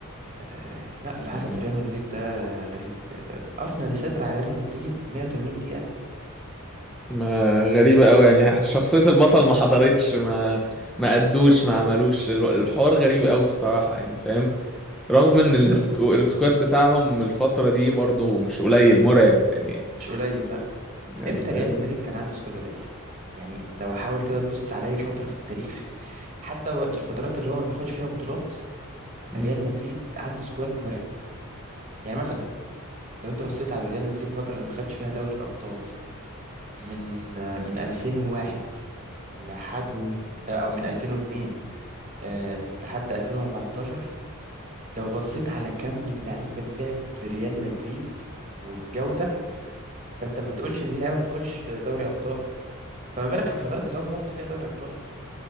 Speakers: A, on the right; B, in the centre.
A: آه، لا اللي
B: يعني
A: حصل في ريال مدريد ده غريب آه، ارسنال يسيطر على ريال مدريد 180 دقيقة
B: ما غريبة قوي يعني شخصية البطل ما حضرتش ما ما ادوش ما عملوش الو- الحوار غريب قوي بصراحة يعني فاهم رغم ان السكو...
A: ايوه
B: السكواد بتاعهم الفترة دي برضو مش قليل مرعب يعني
A: مش قليل لا
B: يعني
A: امتى
B: فاهم
A: ريال مدريد كان عنده سكواد قليل يعني لو حاول كده تبص على اي فترة في التاريخ حتى الفترات اللي هو ما بياخدش فيها بطولات
B: مم.
A: ريال مدريد عنده سكواد مرعب يعني مثلا لو انت بصيت على ريال مدريد الفتره اللي ما خدش فيها دوري الابطال من من 2001 لحد
B: مم.
A: او من 2002 آه، لحد 2014 لو بصيت على كم اللعيبه اللي لعب لريال مدريد والجوده فانت ما تقولش ان دي لعيبه ما تاخدش دوري ابطال فما بالك في الفترات اللي هم بياخدوا فيها دوري ابطال